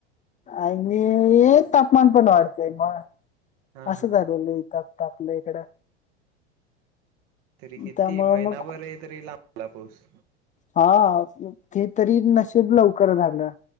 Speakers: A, on the left; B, on the right.
A: आणि मी तापमान पण वाढतंय मग.
B: हा
A: असं
B: हा
A: झाले लइ तप त आपलं इकडं
B: तरी किती
A: त्यामुंळ
B: महिनाभर
A: मग.
B: तरी लांबला पाऊस
A: हा ते तरी नशिब लवकर झालं